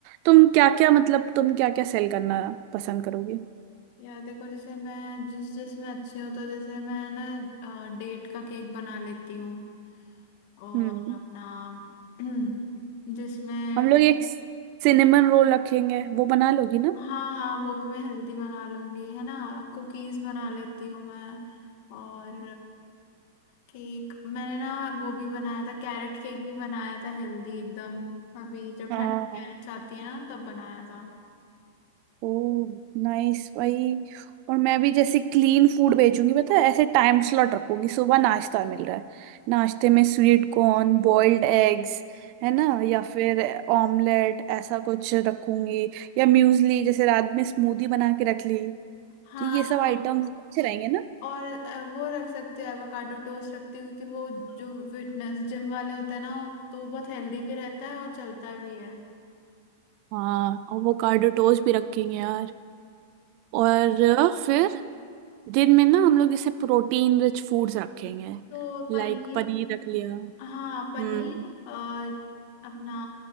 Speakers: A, on the right; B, on the left.
A: तुम क्या क्या मतलब तुम क्या क्या सेल करना पसंद करोगे
B: यार देखो जैसे मैं जिस जिसमें अच्छी हूँ तो जैसे मैं ना डेट का केक बना लेती हूँ और
A: हम्म
B: अपना <clears throat> जिसमें
A: हम लोग एक सिनेमन रोल रखेंगे वो बना लोगी ना
B: हाँ हाँ वो भी मैं हेल्दी बना लूंगी है ना कुकीज बना लेती हूँ मैं और केक मैंने ना वो भी बनाया था कैरेट केक भी बनाया था हेल्दी एकदम अभी जब
A: हाँ
B: ठंडी कैरेट्स आती है ना तब बनाया था
A: ओ नाइस भाई और मैं भी जैसे क्लीन फूड बेचूंगी पता है ऐसे टाइम स्लॉट रखूंगी सुबह नाश्ता मिल रहा है नाश्ते में स्वीट कॉर्न बॉइल्ड एग्स है ना या फिर ऑमलेट ऐसा कुछ रखूंगी या म्यूजली जैसे रात में स्मूदी बना के रख ली
B: हाँ
A: तो ये सब आइटम्स अच्छे रहेंगे ना
B: और अ, वो रख सकते हैं एवोकाडो टोस्ट रखती हूँ क्योंकि वो जो फिटनेस जिम वाले होते हैं ना तो वो बहुत हेल्दी भी रहता है और चलता भी है
A: हाँ आवोकाडो टोस्ट भी रखेंगे यार और फिर दिन में ना हम लोग जैसे प्रोटीन रिच फूड्स रखेंगे
B: तो पनीर
A: लाइक पनीर रख लिया
B: हाँ
A: हम्म
B: पनीर और अपना